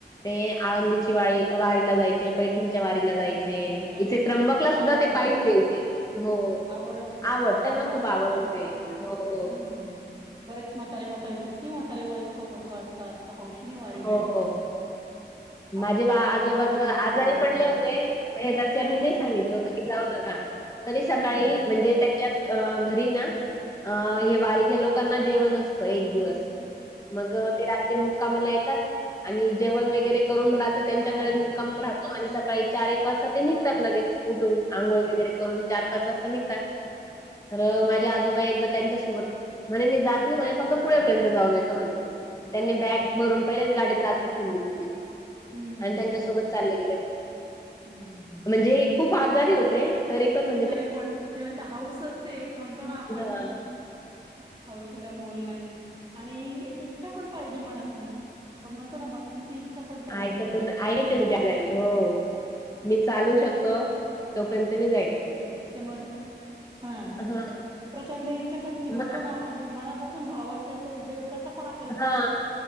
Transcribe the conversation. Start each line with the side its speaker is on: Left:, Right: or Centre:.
Left: ते आळंदीची वाळी वारीला जायचे पैठणच्या वारीला जाय ते
Right: अरे
Left: इथे
Right: वा
Left: त्र्यंबकला सुद्धा
Right: आवड
Left: ते
Right: आवड
Left: पाहिचे इथे, हो
Right: आवड असते प्रत्येकाला
Left: आवडत त्यांना
Right: आता
Left: खूप आवड
Right: हा
Left: होते. हो.
Right: हम्म बरेच म्हातारे- म्हातारे किती म्हातारे वयस्कर लोकं असतात. हौशीने वारीला
Left: हो.
Right: येतात,
Left: माझे
Right: आता तर
Left: बा
Right: ते रिंगण
Left: आजोबाच
Right: वगैरे होतय
Left: आजारी
Right: होतं.
Left: पडले होते. माझ्या घरच्यांनी
Right: हा हा
Left: नही
Right: हा.
Left: सांगितलं होतं की जाऊ नका, तरी सकाळी
Right: हम्म हम्म
Left: म्हणजे त्यांच्या अं घरी ना, अं हे वारीच्या लोकांना जेवण अस तं एक
Right: हम्म
Left: दिवस, मग ते रात्री मुक्कामाला येतात आणि जेवण वगैरे करून मग रात्री त्यांच्याकडेच
Right: हो हो
Left: मुक्काम राहतो आणि सकाळी चार- एक वाजता ते निघतात
Right: हो
Left: लगेच. उठून आंघोळ वगैरे करून, चार- पाच वाजता निघतात. तर माझे आजोबा एकदा त्यांच्या-सोबत, म्हणे मी जात नई म्हणे फक्त
Right: बरं
Left: पुढेपर्यंत
Right: बरं
Left: जाऊन येतो म्हणे, त्यांनी
Right: ओके
Left: बॅग
Right: ओके
Left: भरून पहिलेच गाडीत रात्री ठेवून दिली होती.
Right: हम्म ह्म.
Left: अन त्यांच्यासोबत चालले गेले.
Right: हम्म. हम्म
Left: म्हणजे खूप आजारी होते. तरी पण म्ह
Right: तरी पण ते म्हंता हाऊस असते, एक म्हणतो ना आपण
Left: हां.
Right: हौशीला मोल नाही आणि ऐक इच्छा पण पाहिजे मनातनं. आपण म्हणतो ना, ब तिची इच्छा पण पाहिजे
Left: ऐकत
Right: ती.
Left: ना आईच उद्या जाईल. हो, मी चालू शकतो तोर्यंत मी जाईन.
Right: <unintelligible> हा!
Left: हां.
Right: प्रचंड इच्छाशक्ती म्हणतो
Left: मग
Right: ना, आपण त मनापासून भाव असेल तो देव कसा पण आ
Left: हा!